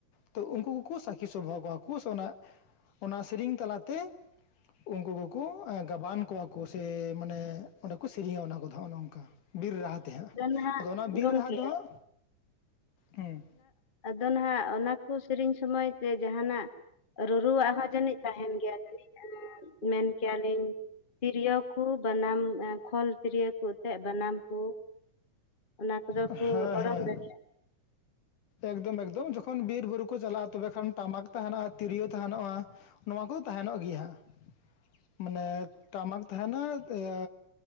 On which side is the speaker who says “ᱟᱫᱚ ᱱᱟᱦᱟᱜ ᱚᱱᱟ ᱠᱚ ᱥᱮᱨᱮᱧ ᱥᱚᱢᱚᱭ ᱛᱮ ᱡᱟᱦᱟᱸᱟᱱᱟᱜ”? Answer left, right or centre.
Left